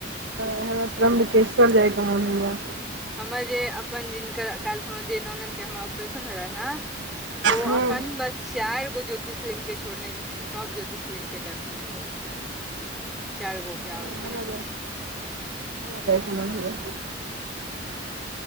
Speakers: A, on the right; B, in the centre.
A: हमरा त्रम्बकेश्वर जायके मन होइये
B: हमर जे अपन जिनकर काल्हिखन जे नौनद के हमर ऑपरेशन भेलेन हँ ओ
A: हूँ
B: अखन बस चाइर गो ज्योतिष लिंग के छोड़ने छथिन सभ ज्योतिष लिंग के दर्शन कऽ लेलखिन चाइर गो
A: <unintelligible> हमरा
B: के छै
A: जाय के मन होइये